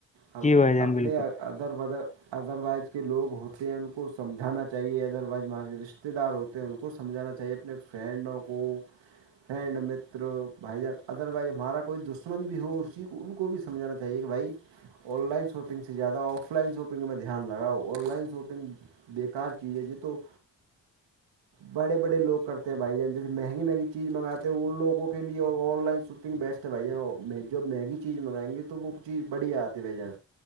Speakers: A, on the right (about 85°); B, on the left (about 15°).
A: ہم
B: جی بھائی جان
A: اپنے
B: بالکل
A: ادر ودر ادروائز کے لوگ ہوتے ہیں ان کو سمجھانا چاہیے ادروائز ہمارے رشتے دار ہوتے ہیں ان کو سمجھانا چاہیے اپنے فرینڈوں کو فرینڈ متر بھائی جان ادر وائز ہمارا کوئی دشمن بھی ہو اسی کو ان کو بھی سجھانا چاہے کہ بھائی آن لائن شاپنگ سے زیادہ آف لائن شاپنگ میں دھیان رہگا آن لائن شاپنگ بیکار چیز ہے یہ تو بڑے بڑے لوگ کرتے ہیں بھائی جان جیسے مہنگی مہنی چیز منگاتے ہیں ان لوگوں کے لیے اور آن لائن تھنک بیسٹ ہے بھائی جوب میگی چیز منگیں گے تو وہ چیز بڑیا آتی ہے بھی جائیں